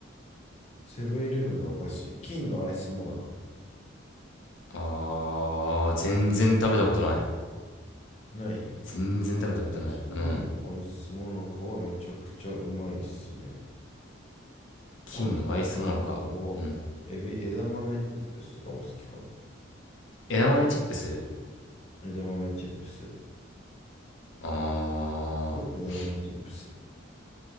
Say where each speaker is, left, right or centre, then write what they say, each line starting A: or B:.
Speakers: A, on the left (about 35°); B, on the left (about 70°).
A: セブンイレブンのお菓子、金のアイスモナカ。
B: あー、全然食べたことない。
A: ない
B: 全然食べたことない。
A: 金のアイスモナカはめちゃくちゃうまいっすね。
B: うん。金のアイスモナカ。
A: あとは、
B: うん。
A: エビ、枝豆チップスとかも好きかも。
B: 枝豆チップス
A: 枝豆チップス。
B: あー。
A: え枝豆チップス。